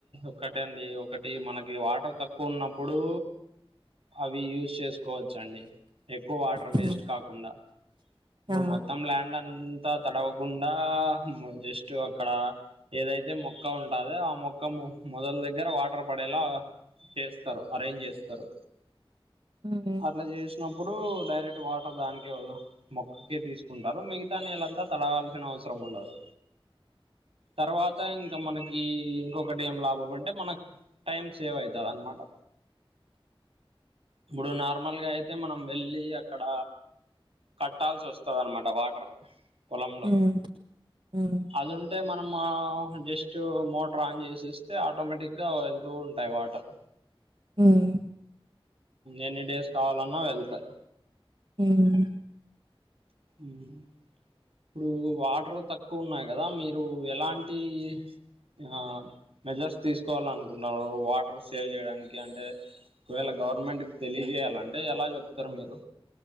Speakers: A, on the right (about 80°); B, on the right (about 60°).
A: ఒకటే అండి ఒకటి మనకి వాటర్ తక్కువ ఉన్నప్పుడు అవి యూజ్ చేకోవచ్చండి ఎక్కువ వాటర్ వేస్ట్
B: హ్మ్.
A: కాకుండ ఇప్పుడు
B: ఆ!
A: మొత్తం ల్యాండ్ అంత్ అంత తడవకున్డా మ్ జస్ట్ ఒక్ అక్కడ ఏదైతే మొక్క ఉంటదో ఆ మొక్క మొ మొదల్ దగ్గర వాటర్ పడేలా చేస్తరు అరేంజ్ చేస్తరు
B: హ్మ్
A: అట్లా చేసినప్పుడు డైరెక్ట్ వాటర్ దానికే ఒ మొక్కకే తీసుకుంటారు మిగతా నీళ్ళంతా తడవాల్సిన అవసరం ఉండదు తర్వాత ఇంకా మనకి ఇంకొకటి ఏం లాభం అంటే మనక్ టైమ్ సేవ్ అవుతాదన్మాట
B: ఉ
A: ఇప్పుడు నార్మల్గా అయితే మనం వెళ్ళి అక్కడ కట్టాల్సి వస్దన్మాట వాటర్ పొలంలో
B: హ్మ్. హ్మ్.
A: అదివున్ అంటే మనం ఆ జస్ట్ మోటర్ ఆన్ చేసిస్తే ఆటోమేటిక్గా వెళ్తూ ఉంటయ్ వాటర్
B: హ్మ్
A: ఎన్ని డేస్ కావాలన్నా యెళ్తయ్
B: హ్మ్
A: ఉమ్ ఇప్పుడు వాటర్ తక్కువ ఉన్నాయి కదా మీరు ఎలాంటి ఆ మెజర్స్ తీసుకోవాలనుకుంటున్నారు వాటర్ సేవ్ చేయడానికి అంటే ఒకవేళ గవర్నమెంట్ కి తెలియజేయాలంటే ఎలా చెప్తరు మీరు